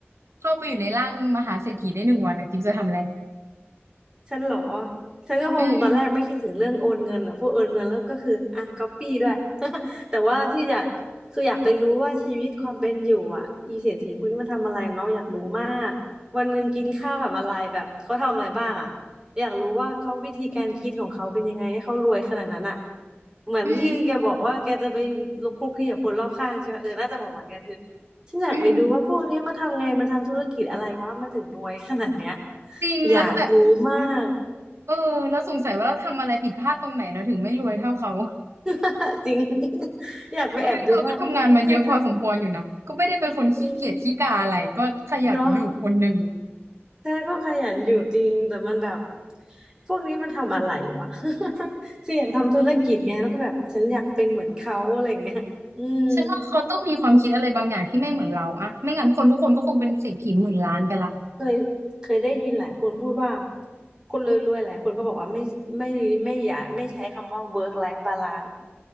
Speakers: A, on the right; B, on the right.
A: เข้าไปอยู่ในร่างมหาเศรษฐีได้หนึ่งวันนะกิฟต์จะทำอะไร
B: ฉันเหรอฉันก็คงตอนแรกไม่คิดถึงเรื่องโอนเงินอ่ะพวกโอนเงินแล้วก็คืออ่ะก๊อปปี้ด้วย
A: อืม
B: <laughs> แต่ว่าที่อยากคืออยากไปรู้ว่าชีวิตความเป็นอยู่อ่ะอีเศรษฐีพวกนี้มันทำอะไรเนาะอยากรู้มากวันหนึ่งกินข้าวกับอะไรแบบเขาทำอะไรบ้างอ่ะอยากรู้ว่าเขาวิธีการคิดของเขาเป็นยังไงให้เขารวยขนาดนั้นอ่ะเหมือนที่แกบอกว่าแกจะไปลุกคลุกคลีกับคนรอบข้างใช่ไหมเออน่าจะเหมือนเหมือนกันคือ
A: อืม
B: ฉันอยากไปดูว่าพวกนี้มันทำไงมันทำธุรกิจอะไรวะมันถึงรวยขนาดเนี้ย
A: อืมจริงแล้วแบบ
B: อยากรู้มาก
A: เออแล้วสงสัยว่าเราทำอะไรผิดพลาดตรงไหนเราถึงไม่รวยเท่าเขา
B: <laughs> จริง <laughs> อยากไปแอบดูว่าเธอท
A: เพราะงั้นเราก็ทำงานมาเยอะพอสมควรอยู่นะก็ไม่ได้เป็นคนขี้เกียจขี้กาอะไรก็ขยันอยู่คนหนึ่ง
B: ำดีเนาะแต่ก็ขยันอยู่จริงแต่มันแบบพวกนี้มันทำอะไรวะ <laughs> คืออยากทำธุรกิจไงแล้วก็แบบฉันอยากเป็นเหมือนเขาอะไรเงี้ยอืม
A: ฉันว่าเขาต้องมีความคิดอะไรบางอย่างที่ไม่เหมือนเราอะไม่งั้นคนทุกคนก็คงเป็นเศรษฐีหมื่นล้านไปละ
B: เคยเคยได้ยินหลายคนพูดว่าคนรวยๆหลายคนก็บอกว่าไม่ไม่ไม่อย่าไม่ใช้คำว่า work life balance